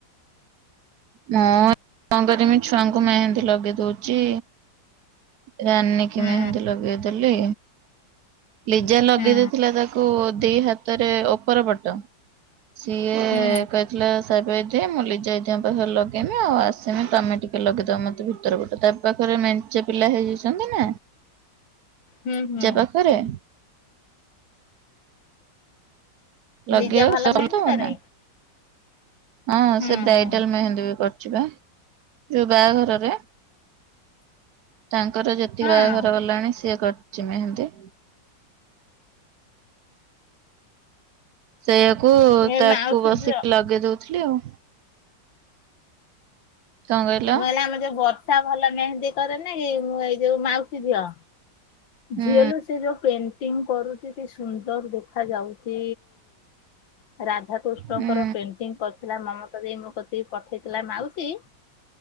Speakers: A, on the right; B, on the left.
A: ମୁଁ କଣ କରିମି ଛୁଆଙ୍କୁ ମେହେନ୍ଦୀ ଲଗେଇ ଦୋଉଚି। ରାନୀ କି
B: ହୁଁ
A: ମେହନ୍ଦୀ ଲଗେଇଦେଲି। ଲିଜା ଲଗେଇ
B: ହୁଁ
A: ଦେଇଥିଲା ତାକୁ ଦିଇ ହାତରେ ଓପର ପଟ। ସିଏ
B: ହୁଁ
A: କହିଥିଲା ସାପେଇ ଦେ ମୁଁ ଲିଜା ଇଦିଙ୍କ ପାଖରେ ଲଗେଇମି ଆଉ ଆସିମି ତମେ ଟିକେ ଲଗେଇଦବ ମୋତେ ଭିତର ପଟ ଟା ପାଖରେ ମେ ଚେ ପିଲା ହେଇଯାଇଚନ୍ତି ନା?
B: ହୁଁ
A: ଲିଜା
B: ହୁଁ।
A: ପାଖରେ ଲଗେଇବାକୁ
B: ଲିଜା ଭଲ
A: ସେ <unintelligible>
B: ମେହେନ୍ଦି
A: ଦବ
B: କରେ
A: ନା ହଁ
B: ହୁଁ
A: ସେ ବ୍ରାଇଡାଲ
B: ହୁଁ
A: ମେହେନ୍ଦୀ ବି କ ଛି ପା ଯୋଉ ବାହାଘରରେ। ତାଙ୍କର ଯେତିକି
B: ହଁ
A: ବାହାଘର ଗଲାଣି ସିଏ କରିଚି ମେହିନ୍ଦୀ। ସେଇଆକୁ
B: ଏ
A: ତାକୁ
B: ମାଉସୀ
A: ବସିକି
B: ଝିଅ
A: ଲଗେଇ ଦୋଉଥିଲି ଆଉ। କଣ କହିଲ
B: ମୁଁ କହିଲା ଆମ ଯୋଉ ବର୍ଷା ଭଲ ମେହେନ୍ଦୀ କରେନି କି ମୁଁ ଏଇ ଯୋଉ ମାଉସୀ ଝିଅ
A: ହୁଁ
B: ଝିଅଲୋ ସେ ଯୋଉ ପେଣ୍ଟିଂ କରୁ ସିଏ କି ସୁନ୍ଦର ଦେଖା ଯାଉଚି ରାଧାକୃଷ୍ଣଙ୍କର
A: ହୁଁ
B: ପେଣ୍ଟିଙ୍ଗ କ ଥିଲା ମମତା ଦେଇ ମୋ କତିିକି ପଠେଇଥିଲା ମାଉସୀ।